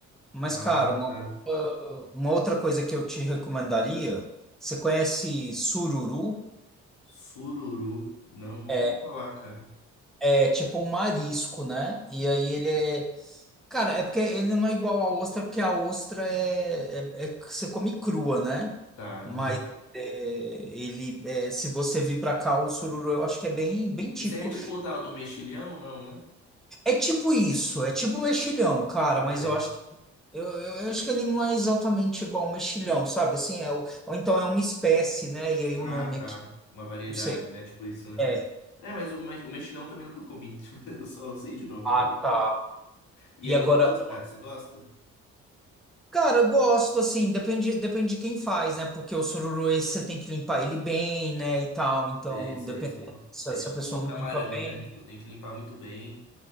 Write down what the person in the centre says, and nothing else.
Mas,
cara, uma,
outra- uma outra coisa que eu te recomendaria, você conhece sururu?
É,
é tipo um marisco, né? E aí ele é. Cara, é porque ele não é igual à ostra, porque a ostra é, é, é que você come crua, né?
Mas
é, ele, é, se você vir pra cá, o sururu eu acho que é bem, bem típico.
É tipo isso, é tipo mexilhão, cara,
mas
eu acho Eu, eu, eu acho que ele não é exatamente igual ao mexilhão, sabe? Assim, é, o- ou então é uma espécie, né? E aí
o nome
aqui,
não sei.
É.
Ah,
tá.
E
agora,
cara, eu gosto, assim, depende, depende de quem faz, né? Porque o sururu esse você tem que limpar ele bem, né? E tal. Então,
depende
se,
se
a pessoa
não
limpa bem.